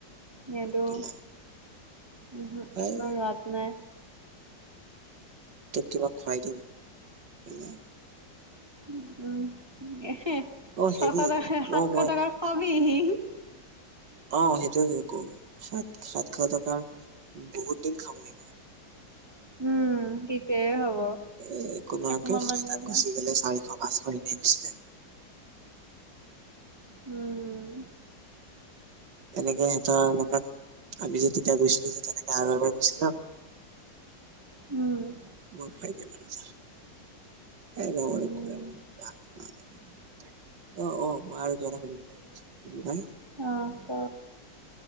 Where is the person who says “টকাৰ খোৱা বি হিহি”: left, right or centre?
Right